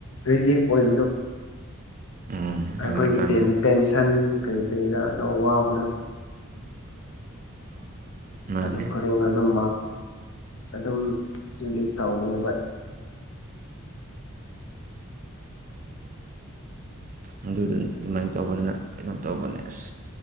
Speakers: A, on the left; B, on the right.
A: ꯔꯤꯂꯤꯐ ꯑꯣꯏꯕꯗꯣ
B: ꯎꯝ
A: ꯑꯩꯈꯣꯏꯒꯤ
B: ꯍꯣꯏ ꯃꯥꯅꯦ
A: ꯇꯦꯟꯁꯟ ꯀꯔꯤ ꯀꯔꯤꯗꯥ ꯑꯗꯣ ꯑꯋꯥꯕꯗꯣ
B: <unintelligible> ꯃꯥꯅꯦ
A: ꯑꯗꯨ ꯈꯨꯗꯤꯡ ꯑꯗꯨꯝ ꯑꯗꯨꯝ ꯍꯥꯏꯗꯤ ꯇꯧꯅꯦꯕ
B: ꯑꯗꯨꯗꯨ ꯑꯗꯨꯃꯥꯏꯅ ꯇꯧꯕꯅꯤꯅ ꯀꯩꯅꯣ ꯇꯧꯕꯅꯦ ꯑꯁ